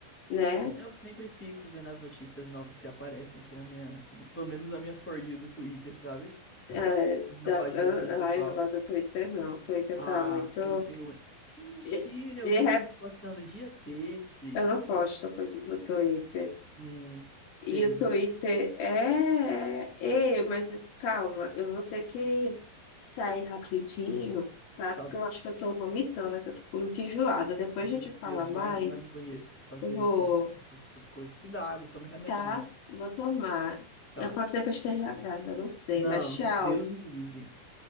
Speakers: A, on the left (about 70°); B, in the centre.
A: né?
B: Eu sempre fico vendo as notícias novas que aparecem aqui na minha, na minha- pelo menos na minha For You do Twitter, sabe?
A: É, isso
B: Minha
A: tá,
B: página
A: eu,
B: principal.
A: ai, eu não gosto do Twitter, não. O Twitter
B: Ah,
A: tá muito.
B: eu, eu, que mentira,
A: De, de,
B: eu vi
A: re-
B: você postando dia desse.
A: eu não posto coisas no Twitter.
B: Hum, sei,
A: E o
B: dona.
A: Twitter é. é, Ei, mas es- calma, eu vou ter que sair rapidinho, sabe?
B: Tá
A: Porque
B: bom.
A: eu acho que eu tô vomitando, né? Que eu tô muito enjoada. Depois
B: Meu
A: a gente fala
B: Deus,
A: mais.
B: vai, vai no banheiro fazer
A: Eu vou.
B: suas, suas coisas. Cuidado, tome um remedinho.
A: Tá? Vou tomar.
B: Tá.
A: Eh, Pode ser que eu esteja grávida, não sei,
B: Não,
A: mas tchau.
B: não, Deus me livre.